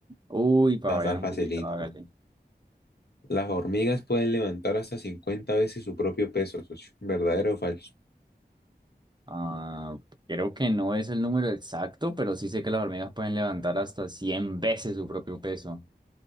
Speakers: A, on the right (about 25°); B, on the left (about 65°).
A: Uy, para
B: Está
A: variar
B: tan
A: un
B: facilito.
A: poquito, hágale.
B: Las hormigas pueden levantar hasta 50 veces su propio peso, socio. ¿Verdadero o falso?
A: Ah, creo que no es el número exacto, pero sí sé que las hormigas pueden levantar hasta 100 veces su propio peso.